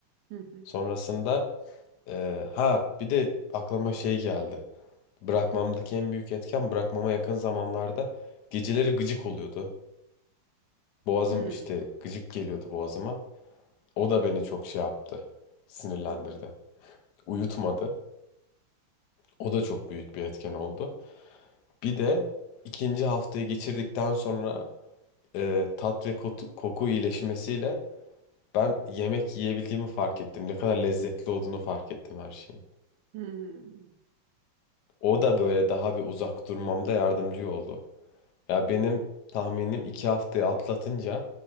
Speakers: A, on the right; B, on the left.
A: hı hı
B: Sonrasında e, ha bir de aklıma şey geldi. Bırakmamdaki en büyük etken bırakmama yakın zamanlarda geceleri gıcık oluyordu. Boğazım
A: hı
B: işte gıcık geliyordu boğazıma. O da beni çok şey yaptı sinirlendirdi.
A: hı hı.
B: uyutmadı. O da çok büyük bir etken oldu. Bir de ikinci haftayı geçirdikten sonra e, tat ve kotu- koku iyileşmesiyle ben yemek yiyebildiğimi fark ettim. Ne kadar lezzetli olduğunu fark ettim her şeyin.
A: hı.
B: O da böyle daha bir uzak durmamda yardımcı oldu. Ya benim tahminim iki haftayı atlatınca